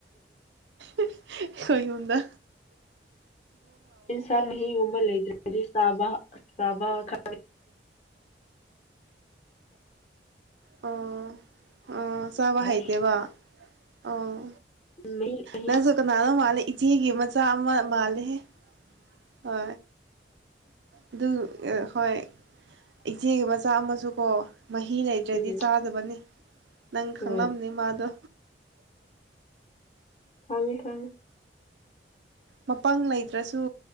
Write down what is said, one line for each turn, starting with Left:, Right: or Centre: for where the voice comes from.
Right: ꯑꯩꯈꯉꯨꯝꯗ
Left: ꯏꯟꯁꯥ ꯃꯤ ꯎꯕ ꯂꯩꯇ꯭ꯔꯦꯥꯕ ꯁꯥꯕ ꯈ
Right: ꯑꯣ ꯑ ꯆꯥꯕ
Left: ꯌꯥꯔꯦ
Right: ꯍꯥꯏꯩꯗꯦꯕ ꯑꯥ
Left: ꯃꯍꯤ ꯃꯍꯤ
Right: ꯅꯪꯁꯨ ꯀꯅꯥꯅꯣ ꯃꯥꯅꯦ ꯏꯆꯤ ꯀꯤꯃ ꯑꯃ ꯃꯥꯂꯦꯦ ꯍ ꯑꯗꯨ ꯍꯣꯏ ꯏꯆꯦꯒꯤ ꯃꯆꯥ ꯑꯃꯁꯨꯀꯣ ꯃꯍꯤ ꯂꯩꯇ꯭ꯔꯗꯤ
Left: ꯎꯝ
Right: ꯆꯥꯗꯕꯅꯤ ꯅꯪ
Left: ꯍꯣꯏ
Right: ꯈꯪꯂꯝꯅꯤ ꯃꯥꯗꯣ
Left: ꯑꯉ ꯈꯪ
Right: ꯃꯄꯪ ꯂꯩꯇ꯭ꯔꯁꯨ